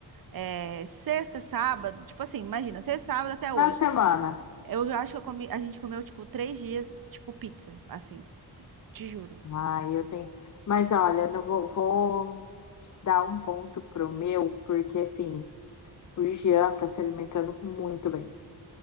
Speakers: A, on the right; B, on the left.
A: é, sexta, sábado, tipo assim, imagina, sexta, sábado até
B: Final
A: hoje.
B: de semana.
A: Eu acho que eu comi, a gente comeu, tipo, três dias, tipo, pizza, assim, te juro.
B: Aí eu tenho. Mas olha, não vou, vou te dar um ponto pro meu, porque assim, o Jean tá se alimentando muito bem.